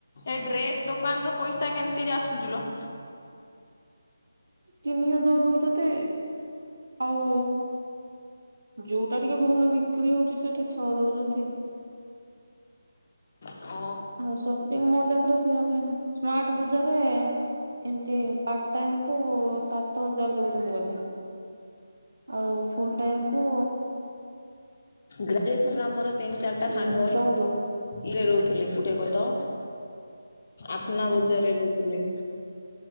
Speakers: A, on the left; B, on the right.
A: ଏ ଡ୍ରେସ ଦୋକାନ ରୁ ପଇସା କେମିତି ଆସୁଚି ଲୋ?
B: ତିନି ହଜାର ଦଉଛନ୍ତି ଆଉ ଯୋଉଟା ଟିକେ ଭଲ ବିକ୍ରି ହଉଛି ସେଠି ଛଅ ଦଉଛନ୍ତି।
A: ଓ
B: ଆଉ ସପିଂମଲ୍ ଯାକରେ ସେ ଯ ସ୍ମାର୍ଟ ବଜାରରେ ଏମତି ପାର୍ଟ ଟାଇମକୁ ସାତ ହଜାର ଦଉଛନ୍ତି ବୋଧେ। ଆଉ ଫୁଲ ଟାଇମ୍ କୁ
A: ଗ୍ରାଜୁଏସନ ର ଆମର ତିନି ଚାରିଟା
B: ଉଁ
A: ସାଙ୍ଗ
B: ଚଉଦ
A: ଇରେ ରହୁଥିଲେ କୋଉଠି କହ ତ ଆପନା ବଜାରରେ ରହୁଥିଲେ।